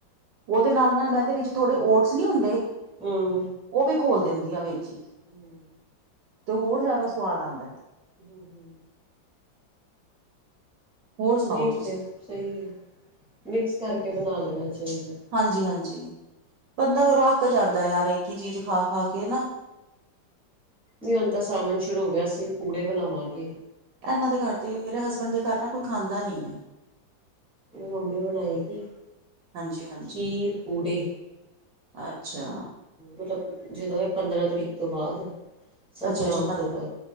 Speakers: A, on the right; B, in the centre.
A: ਉਹਦੇ ਨਾਲ ਮੈਂ ਤੇ ਵਿੱਚ ਥੋੜੇ ਓਟਸ ਨੀ ਹੁੰਦੇ
B: ਹਮ
A: ਉਹ ਵੀ ਘੋਲ ਦਿੰਦੀ ਆ ਵਿੱਚ ਹੀ
B: ਹਮ
A: ਤੇ ਹੋਰ ਜ਼ਿਆਦਾ ਸੁਵਾਦ ਆਉਦਾ ਹੈ
B: ਹਮ ਹਮ
A: ਹੋਰ ਸੁਣਾਓ
B: ਠੀਕ
A: ਤੁਸੀਂ?
B: ਹੈ ਸਹੀ ਹੈ ਮਿਕਸ ਕਰਕੇ ਬਣਾ ਲੈਣਾ ਚਾਹੀਦਾ
A: ਹਾਂਜੀ ਹਾਂਜੀ ਬੰਦਾ ਫੇਰੋਂ ਅੱਕ ਜਾਂਦਾ ਯਾਰ ਇੱਕ ਹੀ ਚੀਜ਼ ਖਾ ਖਾ ਕੇ ਨਾ
B: ਨ ਹੁਣ ਤਾਂ ਸਾਵਣ ਸ਼ੁਰੂ ਹੋ ਗਿਆ ਅਸੀਂ ਵੀ ਪੂੜੇ ਬਣਾਵਾਂਗੇ
A: ਇਹਨਾਂ ਦੇ ਘਰ ਤੇ ਮੇਰੇ ਹਸਬੈਂਡ ਦੇ ਘਰ ਨਾ ਕੋਈ ਖਾਂਦਾ ਨੀ ਆ
B: ਮੰਮੀ ਬਣਾਏਗੀ
A: ਹਾਂਜੀ-ਹਾਂਜੀ।
B: ਖੀਰ ਪੂੜੇ
A: ਅੱਛਾ
B: ਮਤਲਬ ਜਦੋਂ ਇਹ ਪੰਦਰਾਂ ਤਰੀਕ ਤੋਂ ਬਾਅਦ ਸੰਕਰਾਂਤ
A: ਅੱਛਾ ਅੱਛਾ ਪੰਦਰਾਂ
B: ਤੋਂ ਬਾਅਦ